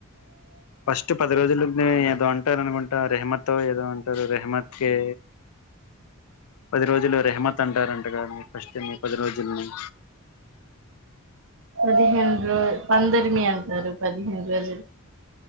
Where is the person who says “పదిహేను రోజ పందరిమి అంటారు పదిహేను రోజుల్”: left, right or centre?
Right